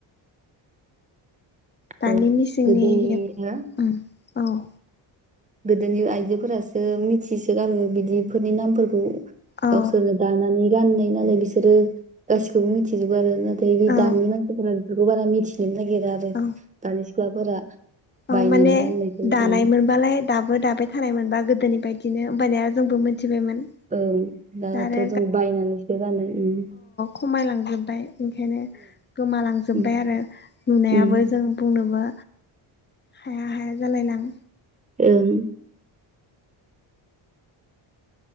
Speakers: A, on the left; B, on the right.
A: दानि
B: औ
A: मिसिंनि
B: गोदोनि हो
A: ओम औ।
B: गोदोनि आइजोफोरासो मिथिसोगारो बिदिफोरनि नामफोरखौ।
A: औ
B: गावसोरनो दानानै गाननाय नालाय बिसोरो गासिखौबो मिथिजोबबो आरो दैनि
A: औ
B: दानि मासिफ्रा बेफोरखौ बारा मिथिनोनो नागिरा आरो
A: औ
B: दानि सिख्लाफोरा बायनानै
A: औ माने
B: गाननायखौ
A: दानाय
B: उम
A: मोनबालाय दाबो दाबाय थानाय मोनबा गोदोनि बायदि बिदिनो होनोमबानिया जोंबो मिथिबायमोन
B: ओं दाथ'
A: दा आरो
B: जों बायनानैसो गानो ओम
A: खमायलांजोबबाय ओंखायनो गोमालांजोब्बाय
B: उम
A: आरो नुनायाबो
B: उम
A: जों बुंनोबो। हाया हाया जालायलां
B: ओं